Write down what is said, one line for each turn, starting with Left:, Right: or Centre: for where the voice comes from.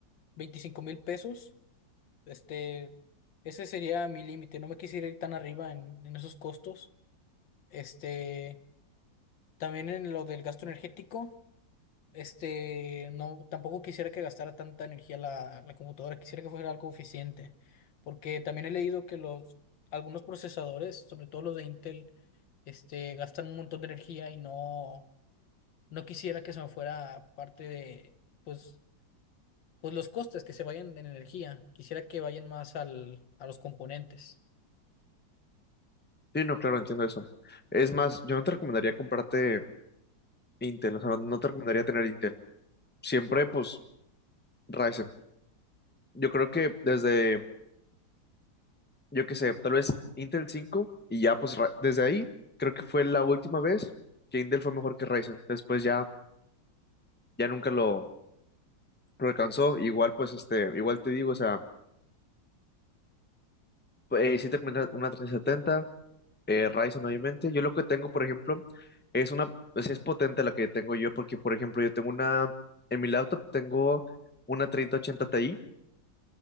Left: veinticinco mil pesos. Este, ese sería mi límite. No me quisiera ir tan arriba en, en esos costos. Este, también en lo del gasto energético. Este, no, tampoco quisiera que gastara tanta energía la, la computadora, quisiera que fuera algo eficiente, porque también he leído que los, algunos procesadores, sobre todo los de Intel, este, gastan un montón de energía y no, no quisiera que se me fuera parte de, pues, pues los costes que se vayan en energía, quisiera que vayan más al, a los componentes.
Centre: Sí, no, claro, entiendo eso. Es más, yo no te recomendaría comprarte Intel, o sea, no te recomendaría tener Intel. Siempre, pues, Ryzen. Yo creo que desde, yo qué sé, tal vez Intel 5 y ya, pues, Ra- desde ahí, creo que fue la última vez que Intel fue mejor que Ryzen. Después ya, ya nunca lo, lo alcanzó. Igual, pues, este, igual te digo, o sea, pues, eh, sí te recomendaría una tres setenta eh, Ryzen, obviamente. Yo lo que tengo, por ejemplo, es una, pues, es potente la que tengo yo, porque, por ejemplo, yo tengo una, en mi laptop tengo una treinta ochenta Ti